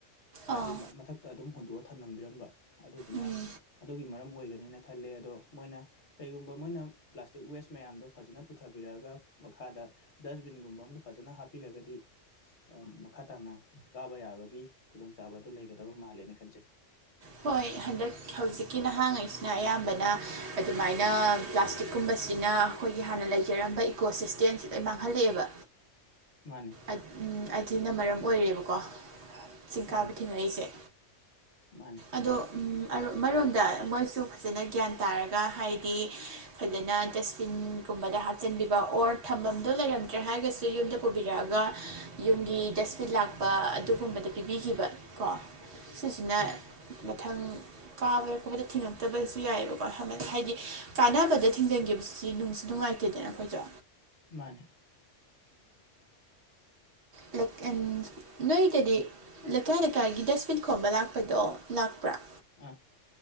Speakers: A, on the left; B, on the right.
A: ꯍꯥꯏꯗꯤ
B: ꯑꯥ
A: ꯃꯊꯛꯇ ꯑꯗꯨꯝ ꯍꯨꯟꯗꯣꯛꯑ ꯊꯝꯅꯝꯕꯤꯔꯝꯕ ꯑꯗꯨꯗꯨꯅ
B: ꯎꯝ
A: ꯑꯗꯨꯒꯤ ꯃꯔꯝ ꯑꯣꯏꯒꯅꯦꯅ ꯈꯜꯂꯦ ꯑꯗꯣ ꯃꯣꯏꯅ ꯀꯩꯒꯨꯝꯕ ꯃꯣꯏꯅ ꯄ꯭ꯂꯥꯁꯇꯤꯛ ꯋꯦꯁ ꯃꯌꯥꯝꯗꯣ ꯐꯖꯅ ꯄꯨꯊꯕꯤꯔꯛꯑꯒ ꯃꯈꯥꯗ ꯗꯁꯕꯤꯟꯒꯨꯝꯕ ꯑꯝꯗ ꯐꯖꯅ ꯍꯥꯞꯄꯤꯔꯒꯗꯤ ꯑ ꯃꯈꯥ ꯇꯥꯅ ꯀꯥꯕ ꯌꯥꯕꯒꯤ ꯈꯨꯗꯣꯡꯆꯥꯕ ꯑꯗꯨ ꯂꯩꯒꯗꯕ ꯃꯥꯜꯂꯦꯅ ꯈꯟꯖꯩ
B: ꯍꯣꯏ ꯍꯟꯗꯛ ꯍꯧꯖꯤꯛꯀꯤ ꯅꯍꯥꯉꯩꯁꯤꯅ ꯑꯌꯥꯝꯕꯅ ꯑꯗꯨꯃꯥꯏꯅ ꯄ꯭ꯂꯥꯁꯇꯤꯛꯀꯨꯝꯕꯁꯤꯅ ꯑꯩꯈꯣꯏꯒꯤ ꯍꯥꯟꯅ ꯂꯩꯖꯔꯝꯕ ꯏꯀꯣ ꯁꯤꯁꯇꯦꯝꯁꯤꯗ ꯂꯣꯏ ꯃꯥꯡꯍꯜꯂꯛꯑꯦꯕ
A: ꯃꯥꯅꯦ
B: ꯑ ꯎꯝ ꯑꯗꯨꯅ ꯃꯔꯝ ꯑꯣꯏꯔꯦꯕꯀꯣ ꯆꯤꯡ
A: ꯎꯝ
B: ꯀꯥꯕ ꯊꯦꯡꯅꯛꯏꯁꯦ
A: ꯃꯥꯅꯦ
B: ꯑꯗꯣ ꯎꯝ ꯃꯔꯣꯝꯗ ꯃꯣꯏꯁꯨ ꯐꯖꯅ ꯒ꯭ꯌꯥꯟ ꯇꯥꯔꯒ ꯍꯥꯏꯗꯤ ꯐꯖꯅ ꯗꯁꯕꯤꯟ ꯀꯨꯝꯕꯗ ꯍꯥꯞꯆꯤꯟꯕꯤꯕ ꯑꯣꯔ ꯊꯝꯐꯝꯗꯣ ꯂꯩꯔꯝꯗ꯭ꯔꯦ ꯍꯥꯏꯔꯒꯁꯨ ꯌꯨꯝꯗ ꯄꯨꯕꯤ ꯔꯛꯑꯒ ꯌꯨꯝꯒꯤ ꯗꯁꯕꯤꯟ ꯂꯥꯛꯄ ꯑꯗꯨꯒꯨꯝꯕꯗ ꯄꯤꯕꯤꯈꯤꯕ ꯀꯣ ꯁꯤꯁꯤꯅ
A: ꯃꯥꯅꯦ ꯃꯥꯅꯦ
B: ꯃꯊꯪ ꯀꯥꯕ ꯈꯣꯠꯄꯗ ꯊꯤꯡꯉꯛꯇꯕꯁꯨ ꯌꯥꯏꯑꯕꯀꯣ ꯍꯥꯏꯗꯤ ꯀꯥꯟꯅꯕꯗ ꯊꯤꯡꯖꯤꯟꯈꯤꯕꯁꯤ ꯅꯨꯡꯁꯨ ꯅꯨꯡꯉꯥꯏꯇꯦ ꯇꯦꯗꯅ ꯑꯩꯈꯣꯏꯖꯨ
A: ꯃꯥꯅꯦ
B: <unintelligible> ꯅꯣꯏꯗꯗꯤ ꯂꯩꯀꯥꯏ ꯂꯩꯀꯥꯏꯒꯤ ꯗꯁꯕꯤꯟ ꯈꯣꯝꯕ ꯂꯥꯛꯄꯗꯣ ꯂꯥꯛꯄ꯭ꯔꯥ
A: ꯑ